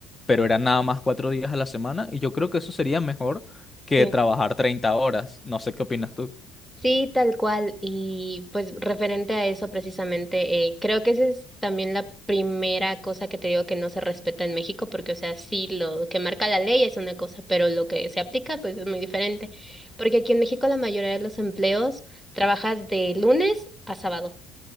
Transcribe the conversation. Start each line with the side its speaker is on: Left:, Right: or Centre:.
Left: pero eran nada más cuatro días a la semana y yo creo que eso sería mejor que
Centre: sí.
Left: trabajar 30 horas. No sé qué opinas tú.
Centre: Sí, tal cual. Y pues referente a eso precisamente, eh, creo que esa es también la primera cosa que te digo que no se respeta en México, porque o sea, sí, lo que marca la ley es una cosa, pero lo que se aplica pues es muy diferente. Porque aquí en México la mayoría de los empleos trabajas de lunes a sábado